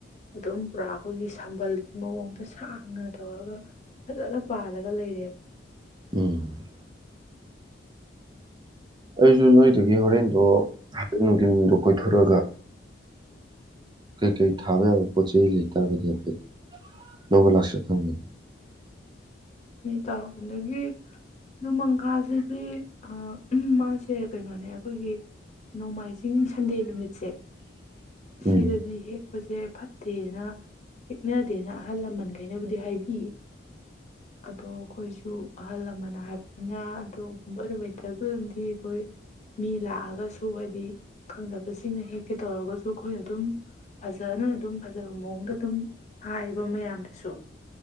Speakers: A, on the left; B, on the right.
A: ꯑꯗꯨꯝ ꯄꯨꯔꯥ ꯑꯈꯣꯏꯒꯤ ꯁꯝꯕꯜꯒꯤ ꯃꯋꯣꯡꯗ ꯁꯥꯡꯅ ꯇꯧꯔꯒ ꯐꯖꯅ ꯄꯥꯜꯂꯒ ꯂꯩꯔꯦꯕ꯫
B: ꯎꯝ꯫ ꯑꯩꯖꯨ ꯅꯣꯏꯗꯒꯤ ꯍꯣꯔꯦꯟꯗꯣ ꯍꯥꯏꯐꯦꯠ ꯅꯨꯡꯗꯤꯟꯗꯣ ꯀꯣꯏꯊꯣꯔꯛꯑꯒ ꯀꯩꯀꯩ ꯊꯥꯕ ꯌꯥꯕ ꯄꯣꯠ ꯆꯩ ꯂꯩꯇꯥꯔꯒꯗꯤ ꯍꯥꯏꯐꯦꯠ ꯂꯧꯕ ꯂꯥꯛꯁꯤꯔꯥ ꯈꯪꯗꯦꯅꯦ꯫
A: ꯇꯧ ꯑꯗꯒꯤ ꯅꯣꯡꯃꯪꯈꯥꯖꯤꯗꯤ ꯑꯥ ꯎꯝ ꯃꯥꯁꯦ ꯀꯩꯅꯣꯅꯦ ꯑꯈꯣꯏꯒꯤ ꯅꯣꯡꯃꯥꯏꯖꯤꯡ ꯁꯟꯗꯦ ꯅꯨꯃꯤꯠ ꯁꯦ ꯁꯤꯗꯗꯤ
B: ꯎꯝ
A: ꯍꯦꯛꯄꯖꯦ ꯐꯠꯇꯦꯅ ꯍꯤꯛꯅꯗꯦꯅ ꯑꯍꯜ ꯂꯃꯟꯒꯩꯅꯕꯨꯗꯤ ꯍꯥꯏꯕꯤꯌꯦ꯫ ꯑꯗꯣ ꯑꯩꯈꯣꯏꯁꯨ ꯑꯍꯜ ꯂꯃꯟ ꯍꯥꯏꯕꯅꯤꯅ ꯑꯗꯨꯒꯨꯝꯕ ꯅꯨꯃꯤꯠꯇꯒꯗꯤ ꯑꯩꯈꯣꯏ ꯃꯤ ꯂꯥꯛꯑꯒꯁꯨ ꯍꯥꯏꯗꯤ ꯈꯪꯗꯕꯁꯤꯡꯅ ꯍꯦꯛꯀꯦ ꯇꯧꯔꯒꯁꯨ ꯑꯩꯈꯣꯏ ꯑꯗꯨꯝ ꯐꯖꯅ ꯑꯗꯨꯝ ꯐꯖꯕ ꯃꯑꯣꯡꯗ ꯑꯗꯨꯝ ꯍꯥꯏꯌꯦꯕ ꯃꯌꯥꯝꯗꯨꯁꯨ